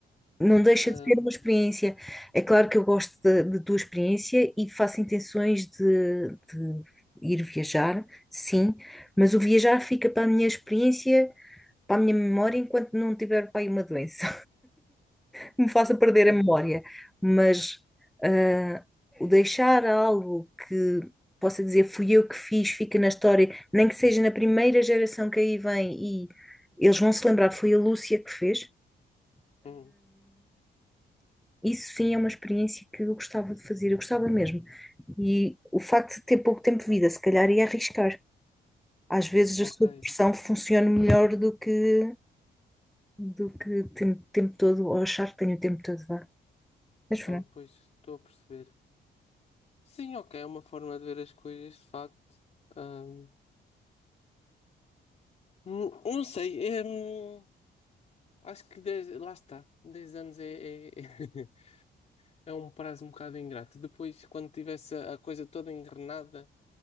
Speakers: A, in the centre; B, on the left.
A: Não deixa
B: Ahm,
A: de ser uma experiência. É claro que eu gosto da da tua experiência e faço intenções de, de ir viajar, sim, mas o viajar fica para a minha experiência, para a minha memória, enquanto não tiver para aí uma doença. que me faça perder
B: uhum,
A: a memória, mas ah, o deixar algo que possa dizer fui eu que fiz, fica na história, nem que seja na primeira geração que aí vem e eles vão se lembrar, foi a Lúcia que fez.
B: uhum,
A: Isso sim é uma experiência que eu gostava de fazer, eu gostava mesmo. E o facto de ter pouco tempo de vida, se calhar ia arriscar. Às vezes
B: ok.
A: a sua pressão funciona melhor do que do que ter o tempo todo, ou achar que tenho o tempo todo, vá. Mas pronto.
B: Ah, pois, estou a perceber. Sim, ok, é uma forma de ver as coisas, de facto. Ahm, não não sei. ahm, acho que dez- lá está. dez anos é, é, <laughs> é um prazo um bocado ingrato. Depois, quando tivesse a a coisa toda engrenada.